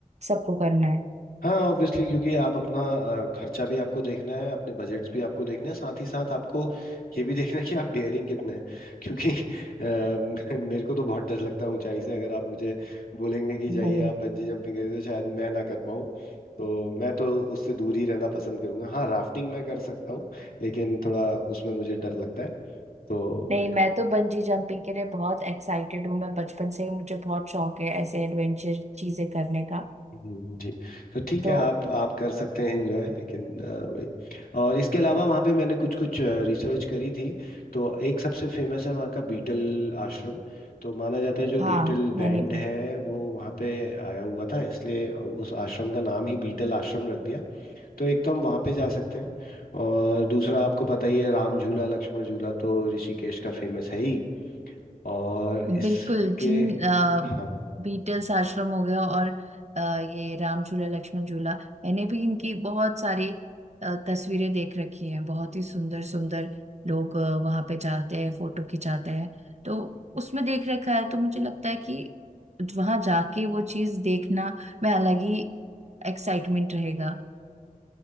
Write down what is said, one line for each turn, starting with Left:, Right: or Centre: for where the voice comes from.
Right: सबको करना है
Left: हाँ ऑब्वियसली क्योंकि आप अपना अ, खर्चा भी आपको देखना है अपने बजट्स भी आपको देखने हैं साथ ही साथ आपको ये भी देखना है कि आप डेयरिंग कितने हैं क्योंकि अ, <laughs> मेरे को तो बहुत डर लगता है ऊंचाई से अगर आप मुझे बोलेंगे कि जाइए
Right: अरे
Left: आप बंजी जंपिंग करिए तो शायद मैं ना कर पाऊँ तो मैं तो उससे दूर ही रहना पसंद करूंगा हाँ राफ्टिंग मैं कर सकता हूँ लेकिन थोड़ा उसमें मुझे डर लगता है तो
Right: नहीं मैं तो बंजी जंपिंग के लिए बहुत एक्साइटेड हूँ मैं बचपन से ही मुझे बहुत शौक है ऐसे एडवेंचर चीजें करने का
Left: हम्म, जी तो ठीक
Right: तो
Left: है आप आप कर सकते हैं एंजॉय लेकिन अ, वही और इसके अलावा वहाँ पे मैंने कुछ कुछ रिसर्च करी थी तो एक सबसे फेमस है वहाँ का बीटल आश्रम तो माना जाता है जो बीटल
Right: हाँ
Left: बैंड
Right: मैंने भी
Left: है वो वहाँ पे आया हुआ था इसलिए उस आश्रम का नाम ही बीटल आश्रम रख दिया तो एक तो हम वहाँ पे जा सकते हैं और दूसरा आपको पता ही है राम झूला लक्ष्मण झूला तो ऋषिकेश का फेमस है ही और इसके
Right: बिल्कुल जिन आ,
Left: हाँ
Right: बीटल्स आश्रम हो गया और अ, ये राम झूला लक्ष्मण झूला मैंने भी इनकी बहुत सारी अ, तस्वीरें देख रखी हैं बहुत ही सुंदर सुंदर लोग अ, वहाँ पे जाते हैं फोटो खिंचाते हैं तो उसमें देख रखा है तो मुझे लगता है कि वहाँ जाके वो चीज़ देखना में अलग ही एक्साइटमेंट रहेगा